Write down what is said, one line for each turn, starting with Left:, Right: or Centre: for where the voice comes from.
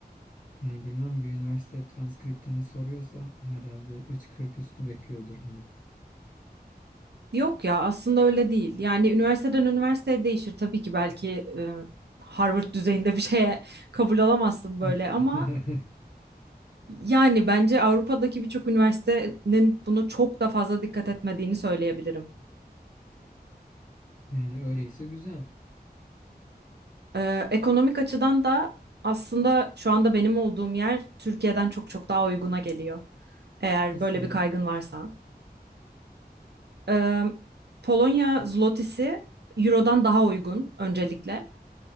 Left: Yani bilmem bir üniversite transkriptini soruyorsa herhalde 3.40 üstü bekliyordur hani.
Right: Yok ya aslında öyle değil. Yani üniversiteden üniversiteye değişir tabii ki belki e, Harvard düzeyinde bir şeye <laughs> kabul alamazsın
Left: <laughs>
Right: böyle ama yani bence Avrupa'daki birçok üniversitenin bunu çok da fazla dikkat etmediğini söyleyebilirim.
Left: Yani öyleyse güzel.
Right: Ee, ekonomik açıdan da aslında şu anda benim olduğum yer Türkiye'den çok çok daha uyguna geliyor. Eğer
Left: Nasıl
Right: böyle
Left: ya?
Right: bir kaygın varsa. Ee, Polonya zlotisi Euro'dan daha uygun öncelikle.